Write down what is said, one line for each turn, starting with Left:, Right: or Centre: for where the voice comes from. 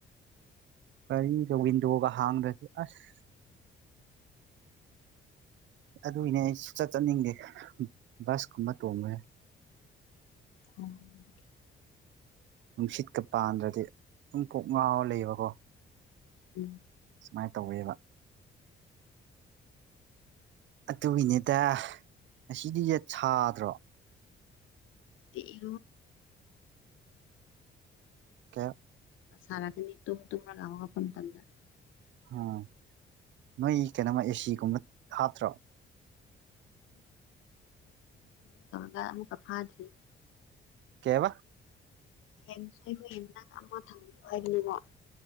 Right: ꯀꯔꯤꯗꯣ ꯋꯤꯟꯗꯣꯒ ꯍꯥꯡꯗ꯭ꯔꯁꯤ ꯑꯁ ꯑꯗꯨꯏꯅꯦ ꯑꯩ ꯆꯠ ꯆꯠꯅꯤꯡꯗꯦ ꯕꯁ ꯀꯨꯝꯕ ꯇꯣꯡꯉꯦ
Left: ꯎꯝ
Right: ꯅꯨꯡꯁꯤꯠꯀ ꯄꯥꯟꯗ꯭ꯔꯗꯤ ꯑꯗꯨꯝ ꯀꯣꯛ ꯉꯥꯎꯔ ꯂꯩꯕꯀꯣ
Left: ꯎꯝ
Right: ꯁꯨꯃꯥꯏꯅ ꯇꯧꯋꯦꯕ ꯑꯗꯨꯒꯤꯅꯦꯗ ꯉꯁꯤꯗꯤꯁꯦ ꯁꯥꯗ꯭ꯔꯣ
Left: ꯏ ꯀꯔꯥꯏ
Right: ꯀꯌꯥ
Left: ꯁꯔꯥꯒꯅꯤ ꯇꯣ ꯇꯣ ꯉꯥꯎꯕꯒꯥꯎ ꯐꯟ ꯇꯝꯅ
Right: ꯎꯝ ꯅꯣꯏ ꯀꯩꯅꯣꯃ ꯑꯦꯁꯤꯒꯨꯝꯕ ꯍꯥꯞꯇ꯭ꯔꯣ
Left: ꯇꯒ ꯑꯃꯨ ꯀ ꯐꯥꯗꯔꯤ
Right: ꯀꯦꯕ
Left: ꯍꯁꯨ ꯑꯩꯈꯣꯏ ꯍꯟꯟꯅ ꯑꯃ ꯊꯝꯕꯤꯌꯣ ꯍꯥꯏꯅꯤꯕ